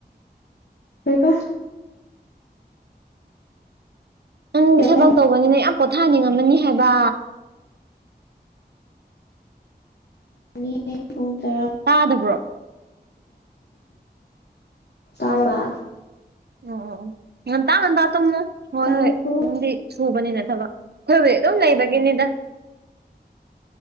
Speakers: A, on the left; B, on the right.
A: ꯀꯩꯕ
B: ꯅꯪꯗꯤ
A: ꯀꯩ
B: ꯊꯕꯛ
A: ꯍꯥꯏꯅꯣ
B: ꯇꯧꯕꯅꯤꯅ ꯌꯥꯝ ꯄꯣꯊꯥꯅꯤꯡꯉꯝꯃꯅꯤ ꯍꯥꯏꯕ
A: <unintelligible> ꯄꯨꯡ ꯇꯔꯥ
B: ꯇꯥꯗꯕ꯭ꯔꯣ
A: ꯇꯥꯔꯕ
B: ꯑꯣ ꯉꯟꯇꯥ ꯉꯟꯇꯥ ꯇꯩꯝꯃꯨ ꯍꯣꯏ
A: ꯇꯥꯔꯕꯣ
B: ꯍꯣꯏ ꯅꯪꯗꯤ ꯁꯨꯕꯅꯤꯅ ꯊꯕꯛ ꯑꯩꯈꯣꯏꯕꯨꯗꯤ ꯑꯗꯨꯝ ꯂꯩꯕꯒꯤꯅꯤꯗ